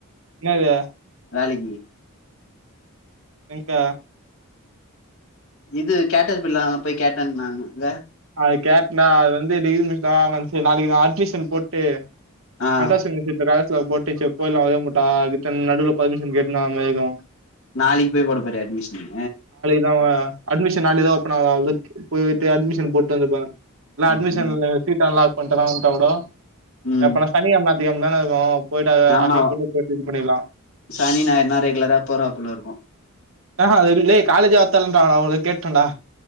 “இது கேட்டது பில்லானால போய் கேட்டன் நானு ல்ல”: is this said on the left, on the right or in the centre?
Left